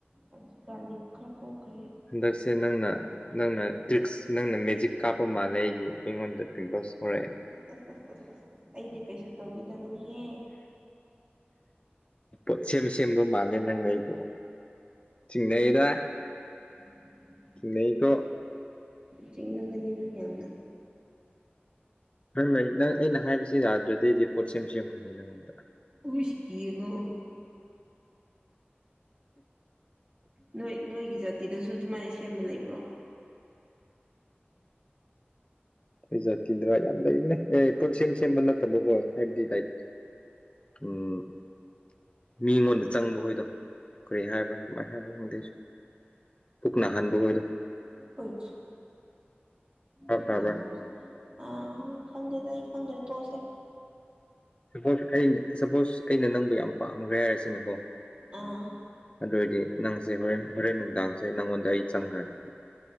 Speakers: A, on the right; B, on the left.
A: ꯍꯧꯖꯤꯛꯀꯥꯟꯁꯦ ꯈꯔ ꯀꯣꯛꯈ꯭ꯔꯦ
B: ꯍꯟꯗꯛꯁꯦ ꯅꯪꯅ ꯅꯪꯅ ꯇ꯭ꯔꯤꯛꯁ ꯅꯪꯅ ꯃꯦꯖꯤꯛ ꯀꯥꯞꯄ ꯃꯥꯜꯂꯦ ꯑꯩꯒꯤ ꯑꯩꯉꯣꯟꯗ ꯄꯤꯝꯄꯥꯜ ꯊꯣꯛꯂꯥꯛꯌꯦ
A: ꯑ ꯑꯁ ꯑꯁ ꯑꯁ ꯑꯁ ꯑꯁ ꯑꯩꯗꯤ ꯀꯩꯁꯨ ꯇꯧꯕꯤꯗꯕꯅꯤꯍꯦ
B: ꯄꯣꯠ ꯁꯦꯝ ꯁꯦꯝꯕ ꯃꯥꯜꯂꯦ ꯅꯪ ꯑꯩꯕꯨ ꯆꯤꯡꯅꯩꯗ
A: ꯎꯝꯝ ꯊ <inaudible>
B: ꯆꯤꯛꯅꯩꯀꯣ
A: ꯆꯤꯡꯅꯒꯅꯤ ꯅꯪ ꯌꯥꯝꯅ
B: ꯅꯪ ꯂꯩ ꯅꯪ ꯑꯩꯅ ꯍꯥꯏꯕꯁꯤ ꯌꯥꯗ꯭ꯔꯗꯤ ꯄꯣꯠ ꯁꯦꯝ ꯁꯦꯝꯈ꯭ꯔꯅꯤ ꯅꯪꯉꯣꯟꯗ
A: ꯑꯨꯁ ꯀꯤꯒꯣ ꯅꯣꯏ ꯅꯣꯏꯒꯤ ꯖꯥꯇꯤꯗꯨꯁꯨ ꯑꯗꯨꯃꯥꯏꯅ ꯁꯦꯝꯕ ꯂꯩꯕ꯭ꯔꯣ
B: ꯑꯩꯈꯣꯏ ꯖꯥꯠꯇꯤꯗꯔꯣ ꯌꯥꯝ ꯂꯩꯕꯅꯦ ꯑꯦ ꯄꯣꯠ ꯁꯦꯝ ꯁꯦꯝꯕ ꯅꯠꯇꯕꯀꯣ ꯍꯥꯏꯕꯗꯤ ꯂꯥꯏꯛ ꯎꯝ ꯃꯤꯉꯣꯟꯗ ꯆꯪꯕ ꯍꯣꯏꯗꯣ ꯀꯔꯤ ꯍꯥꯏꯕ꯭ꯔꯥ ꯀꯃꯥꯏꯅ ꯍꯥꯏꯕ꯭ꯔꯥ ꯈꯪꯗꯦ ꯑꯩꯁꯨ ꯄꯨꯨꯛ ꯅꯥꯍꯥꯟꯕ ꯈꯣꯢꯗꯣ
A: ꯑꯣꯏ
B: ꯚꯥꯞ
A: ꯄꯨꯛ
B: ꯇꯥꯕ꯭ꯔꯥ
A: ꯅꯕꯗꯣ ꯑꯥ ꯈꯪꯗꯦꯇ ꯈꯪꯗꯦ ꯇꯣꯛꯑꯁꯦ
B: ꯁꯄꯣꯁ ꯑꯩꯅ ꯁꯄꯣꯁ ꯑꯩꯅ ꯅꯪꯕꯨ ꯌꯥꯝ ꯄꯥꯝꯈ꯭ꯔꯦ ꯍꯥꯏꯔꯁꯤꯅꯦꯀꯣ
A: ꯑꯥ
B: ꯑꯗꯨ ꯑꯣꯏꯔꯗꯤ ꯅꯪꯁꯦ ꯍꯣꯔꯦꯟ ꯍꯣꯔꯦꯟ ꯅꯨꯡꯗꯥꯡꯁꯦ ꯅꯪꯉꯣꯟꯗ ꯑꯩ ꯆꯪꯈ꯭ꯔꯅꯤ